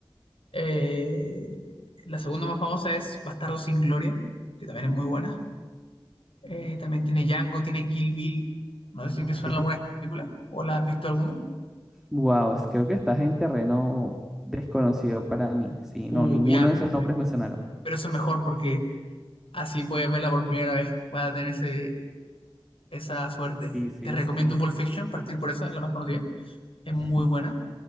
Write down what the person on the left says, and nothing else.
Eh, la segunda más famosa es Bastardo sin Gloria, que también es muy buena. Eh, también tiene Django, tiene Kill Bill. No sé si
te suena alguna de estas películas o la has visto alguna.
Uh,
ya,
perfecto.
Pero eso es mejor porque así puedes verla por primera vez. Vas a tener ese, esa suerte.
Te recomiendo
Pulp Fiction, partir por esa, es la más conocida. Es
muy buena.